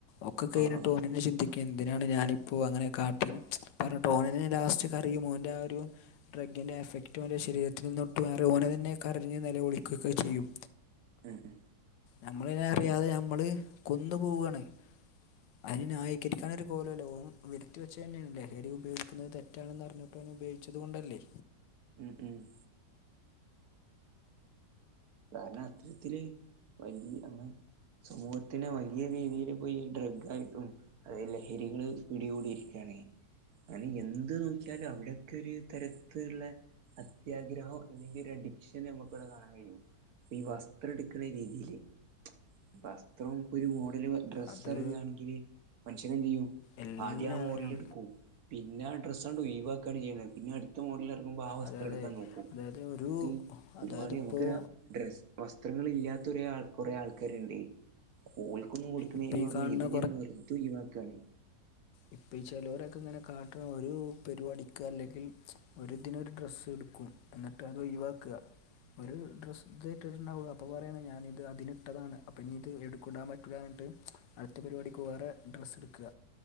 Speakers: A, on the left; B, on the right.
A: ഒക്കെ കഴ്ഞ്ഞിട്ട്
B: ആ ആ
A: ഓനെന്നെ ചിന്തിക്ക ക്കെന്തിനാണ് ഞാനിപ്പോ അങ്ങനെ കാട്ടീന്ന് പറഞ്ട്ട് ഓനന്നെ ലാസ്റ്റ് കരയും. ഓന്റ ആഹ് ഒരു ഡ്രഗ്ഗിന്റെ എഫക്റ്റ് ഓൻ്റെ ശരീരത്ത് നിന്ന് വുട്ട് മാറി ഓനെന്നെ കരഞ്ഞ് നെലവിളികൊക്കെ ചെയ്യും
B: ഉമ് ഉമ്
A: നമ്മളയ്ന് അറിയാതെ ഞമ്മള് കൊന്ന് പോവാണ് അയിന് ന്യായീകരിക്കാനൊരു കോലൊല്ല ഓൻ വര്ത്തി വച്ചെന്നേണ് ലഹരി ഉപയോഗിക്ക്ന്നത് തെ റ്റാണ്ന്ന അറ്ഞ്ഞിട്ടും ഓന് ഉപയോച്ചത് കൊണ്ടല്ലെ
B: ഉമ് ഉമ് കാരണം അത്തര്ത്തില് വല്യ അന സമൂഹത്തിന് വല്യ രീതിയില് പോയി ഡ്രഗ് ക്കും അതായത് ലഹരികള് പിടികൂടിയിരിക്കാണ് ആനി എന്ത് നോക്ക്യാലും അവ്ടെ ക്കൊരു തരത്തില്ള്ള അത്യാഗ്രഹൊ ഇല്ലെങ്കി ഒരഡിക്ഷനും ഞമ്മക്കിവടെ കാണാൻ കയ്യും ഇപ്പൊ ഈ വസ്ത്രം എട്ക്ക്ണ രീതീല്. വസ് ഇത്രൊം ഇപ്പൊരു മോഡല് ഡ്രസ്സ്
A: അത്
B: എറങ്ങാണെങ്കില് മനുഷ്യനെന്തീയ്യും
A: എല്ലാവരും
B: ആദ്യ ആഹ് മോഡല്ടുക്കും പിന്നെ ആഹ് ഡ്രസ്സൺ ഒഴിവാക്കാണ് ചെയ്യ്ണെ പിന്നട്ത്ത മോഡല് എറങ്ങ്മ്പൊ ആഹ് വസ്ത്രട്ക്ക
A: അതായത്
B: നോക്കും
A: അതായത് ഒരു
B: ഇന്ന്ട്ടീ
A: അതായത്
B: ഒര്പാട്
A: ഇപ്പോൾ
B: ഞമ്മക്കൊര വസ് വസ്ത്രങ്ങളില്ലാത്തൊരാൾ ആഹ് കൊറേ ആൾക്കാര്ണ്ട് ഓൾക്കൊന്നും കൊട്ക്കീന്
A: ഇപ്പോൾ ഈ
B: പകരം
A: കാണുന്ന
B: ഇത്ങ്ങനെ വെറ്തൊഴ് വാക്കാണ്
A: ഇപ്പെ ചെലോരൊക്കങ്ങന കാട്ട്ണ ഒര് പരുപാടിക്ക് അല്ലെങ്കിൽ ഒര്തിനൊര് ഡ്രസ്സ്ട്ക്കും എന്നിട്ടത് ഒഴിവാക്ക ഒരാ ഡ്രസ് ഇത് ഇട്ട്ണ്ടാവൊള് അപ്പൊ പറേണ് ഞാനിത് അതിനിട്ടതാണ് അപ്പൊ ഇഞി ഇത് എവ്ടുക്കിടാ ഞ്ട്ട് അടുത്ത പരിപാടിക്ക് വേറെ ഡ്രസ്സ്ട്ക്ക